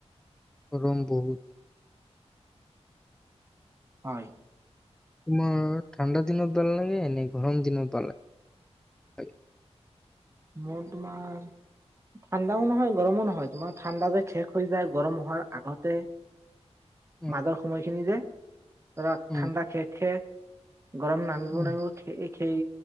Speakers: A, in the centre; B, on the right.
A: গৰম বহুত
B: হয়
A: তোমাৰ ঠাণ্ডা দিনত ভাল লাগে নে গৰম দিনত ভাল লাগে
B: মোৰ তোমাৰ ঠাণ্ডাও নহয় গৰমো নহয় তোমাৰ ঠাণ্ডা যে শেষ হৈ যায় গৰম হোৱাৰ আগতে
A: উম,
B: মাজৰ সময়খিনি যে ধৰা
A: উম,
B: ঠাণ্ডা শেষ শেষ গৰম নামিব
A: উম,
B: নামিব সেই